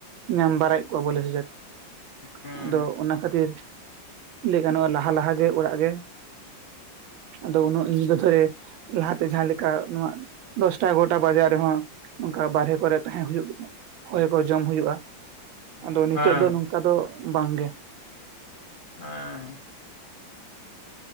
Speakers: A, on the right; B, on the left.
A: ᱧᱟᱢ ᱵᱟᱲᱟᱭᱮᱫ ᱠᱚᱣᱟ ᱵᱚᱞᱮ ᱥᱮ ᱪᱮᱫ ᱾
B: ᱦᱩᱸ
A: ᱟᱫᱚ ᱚᱱᱟ ᱠᱷᱟᱹᱛᱤᱨ ᱞᱟᱹᱭ ᱜᱟᱱᱚᱜ-ᱟ, ᱞᱟᱦᱟ ᱞᱟᱦᱟᱜᱮ ᱚᱲᱟᱜ ᱜᱮ ᱟᱫᱚ ᱩᱱᱟᱹᱜ ᱧᱤᱫᱟᱹ ᱫᱷᱚᱨᱮ ᱞᱟᱦᱟᱛᱮ ᱡᱟᱦᱟᱸ ᱞᱮᱠᱟ ᱱᱚᱣᱟ ᱫᱚᱥᱴᱟ ᱮᱜᱟᱨᱚᱴᱟ ᱵᱟᱡᱟᱜ ᱨᱮᱦᱚᱸ ᱱᱚᱝᱠᱟ ᱵᱟᱨᱦᱮ ᱠᱚᱨᱮ ᱛᱟᱦᱮᱸ ᱦᱩᱭᱩᱜ ᱜᱮ ᱛᱟᱸᱦᱮᱱᱟ, ᱦᱚᱭ ᱠᱚ ᱡᱚᱢ ᱦᱩᱭᱩᱜ-ᱟ ᱾ ᱟᱫᱚ
B: ᱦᱮᱸ
A: ᱱᱤᱛᱚᱜ ᱫᱚ ᱱᱚᱝᱠᱟ ᱫᱚ ᱵᱟᱝᱜᱮ ᱾
B: ᱦᱮᱸ